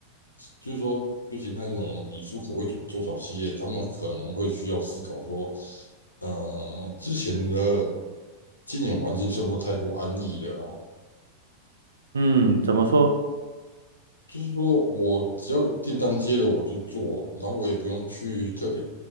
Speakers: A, on the left (about 80°); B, on the right (about 70°).
A: 就是说，尤其那种以出口为主的中小企业，他们可能会需要思考说，呃，之前的经营环境是不是太过安逸了啊？
B: 嗯，怎么说？
A: 就是说我只要订单接了我就做，然后我也不用去特别